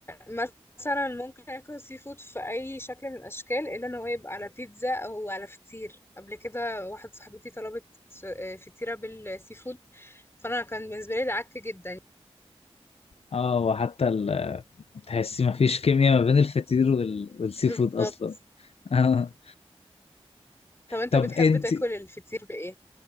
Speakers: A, on the left (about 25°); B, on the left (about 75°).
A: مثلا ممكن اكل سي فود في اي شكل من الاشكال الا ان هو يبقى على بيتزا او على فطير قبل كده واحده صاحبتي طلبت س- آه، فطيره بالسي فود فانا كان بالنسبه لي ده عك جدا
B: اه وحتى ال... تحسي ما فيش كيمياء ما بين الفطير وال... والسي
A: بالظبط
B: فود اصلا <laughs> آه.
A: طب انت
B: طب
A: بتحب
B: انت
A: تاكل الفطير بايه